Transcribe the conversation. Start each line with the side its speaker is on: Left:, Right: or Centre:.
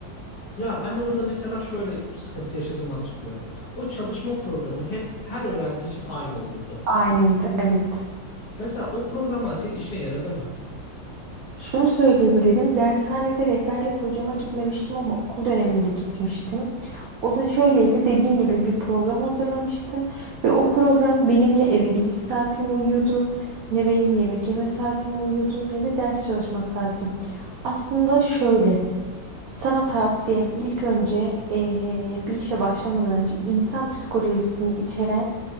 Left: Ya ben orada mesela şöyle sıkıntı yaşadığımı hatırlıyorum. O çalışma programı hep her öğrenci için aynı olurdu.
Right: Aynıydı. Evet.
Left: Mesela o programlar senin işine yaradı mı?
Right: Şunu söyleyebilirim. Dershanede rehberlik hocama gitmemiştim ama okul döneminde gitmiştim. O da şöyleydi dediğin gibi bir program hazırlamıştı ve o program benim ne eve gidiş saatime uyuyordu, ne benim yemek yeme saatime uyuyordu, ne de ders çalışma saatim. Aslında şöyle. Sana tavsiyem ilk önce eee, bir işe başlamadan önce insan psikolojisini içeren